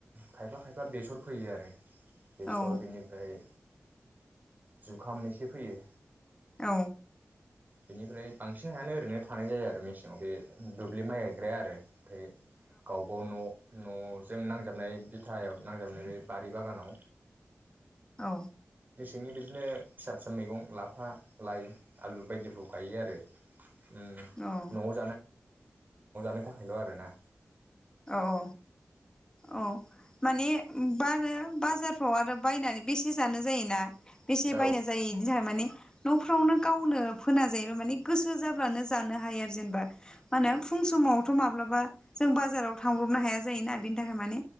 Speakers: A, on the right; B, on the left.
A: खायफा-खायफा बेसर फोयो आरो। बेसर
B: औ
A: बेनिफ्राय जुखाम एसे फोयो।
B: औ
A: बेनिफ्राय बांसिन हायानो ओरैनो थानाय जायो आरो मेसें आव बे दुब्लि माइ गायग्राया आरो ओमफाय गावबागाव न' न'जों नांजाबनाय बिथायाव नांजाबनाय बे बारि बागानाव
B: औ।
A: <unintelligible> बिदिनो फिसा फिसा मैगं लाफा, लाइ, आलु बायदिखौ गायो आरो ओम <unintelligible>
B: औ
A: न'आव जानो थाखायल' आरोना।
B: औ औ औ माने बानो बाजारफ्राव आरो बायनानै बेसे जानो जायोना। बेसे
A: औ
B: बायना जायो इदिहोनना माने न'फ्रावनो गावनो फोना जायोबा माने गोसो जाब्लानो जानो हायो आरो जेनेबा मानो फुं समावथ' माब्लाबा जों बाजाराव थांब्रबनो हाया जायोना बिनि थाखाय माने